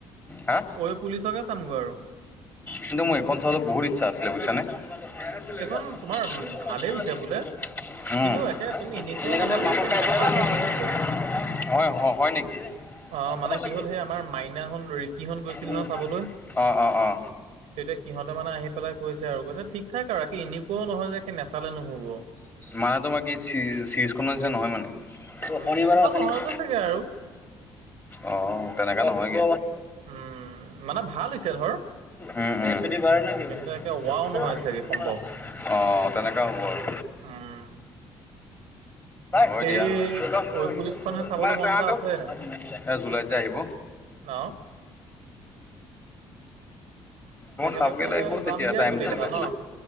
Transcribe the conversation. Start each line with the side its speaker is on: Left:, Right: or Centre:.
Left: হা
Right: ঐ পুলিচকে চামগৈ আৰু
Left: কিন্তু মোৰ এইখন চাবলৈ বহুত ইচ্ছা আছিলে বুজিছানে। <unintelligible>
Right: এইখন তোমাৰ ভালেই হৈছে বোলে
Left: উম।
Right: কিন্তু একে তুমি এনেকুৱাও
Left: <unintelligible>
Right: নহয় যে একে নেচালে নহ'ব।
Left: হয় হয় নেকি।
Right: অ'
Left: অকমান
Right: মানে কি
Left: লাগি
Right: হ'ল
Left: আছিলে
Right: সেই আমাৰ মাইনাহত ৰিকিহত গৈছিল
Left: উম
Right: নহয় চাবলৈ।
Left: অ অ অ।
Right: তেতিয়া সিহঁতে মানে আহি পেলাই কৈছে আৰু কৈছে ঠিক ঠাক আৰু বাকী এনেকুৱাও নহয় যে নেচালে নহ'ব।
Left: মানে তোমাৰ কি চিজ চিজখনৰ নিচিনা নহয় মানে
Right: উম,
Left: শনিবাৰেও
Right: তেনেকুৱা
Left: আছে
Right: নহয়গৈ
Left: নেকি।
Right: চাগে আৰু
Left: অ তেনেকা নহয়গে।
Right: উম, মানে ভাল হৈছে ধৰ।
Left: উম উম। ৰবিবাৰ নে কি
Right: কিন্তু
Left: বাৰ
Right: একে
Left: বৃহস্পতিবাৰ
Right: ৱাও নহয় চাগে সম্ভৱ
Left: অ তেনেকা হ'ব আৰু।
Right: উম।
Left: হয় দিয়া
Right: এই
Left: <unintelligible>
Right: ঐ পুলিচখনহে চাবলৈ মন এটা আছে
Left: এ জুলাইত যে আহিব
Right: ন'। একেলগে
Left: <unintelligible> সোনকালে আহিব
Right: যাম
Left: তেতিয়া
Right: দিয়া
Left: টাইমটো
Right: গোটেই কেইটা
Left: ওলাই
Right: ন'